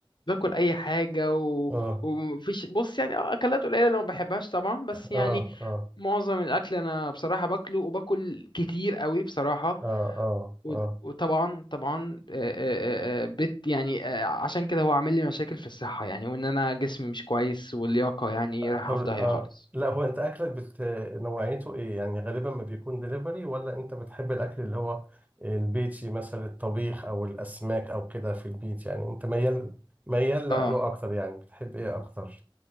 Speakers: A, on the left; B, on the right.
A: باكل اي حاجه و...
B: اه
A: ومفيش بص يعني آه، اكلات قليله اللي ما بحبهاش طبعا بس
B: اه
A: يعني
B: اه
A: معظم الاكل انا بصراحه باكله وباكل كتير قوي بصراحه
B: اه اه
A: و-
B: اه
A: وطبعا طبعا آه، آه، آه، بت يعني آه، عشان كده هو عامل لي مشاكل في الصحة يعني وان انا جسمي مش كويس واللياقة يعني
B: طب
A: رايحة في داهية
B: اه
A: خالص
B: لا هو انت اكلك بت... نوعيته ايه يعني غالبا ما بيكون دليفري ولا انت بتحب الاكل اللي هو البيتي مثلا الطبيخ او الاسماك او كده في البيت يعني انت ميال ميال لانه
A: اه
B: اكتر يعني بتحب ايه اكتر